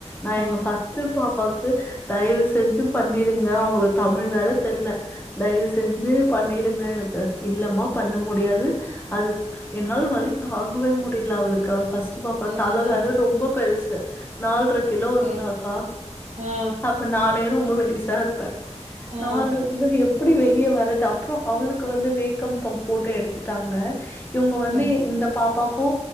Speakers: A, on the left; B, on the right.
A: நா எங்க
B: ஓகே
A: பாப்பாக்கு தயவு செஞ்சு பண்ணிடுங்க அவங்களுக்கு தமிழ் வேற தெர்ல தயவு செஞ்சு பண்ணிடுங்க எனக்கு இல்லமா பண்ண முடியாது அது என்னாலு வழி தாங்கவே முடில அவளுக்கு ஹஸ் சு பாப்பா
B: ஆ
A: தல வேற
B: ஆ
A: ரொம்ப பெருசு நால்ர கிலோ
B: ஓகே
A: இருந்தாக்கா
B: ஆ
A: அப்ப நானே ரொம்ப மெலிசா இரு
B: ஆ
A: நால்ர கிலோ எப்டி வெளிய வரது அப்புற அவளுக்கு வந்து வேக்கம் பம்ப் போட்டு எடுத்துட்டாங்க இவங்க
B: ஓகே
A: வந்து இந்த பாப்பாக்கு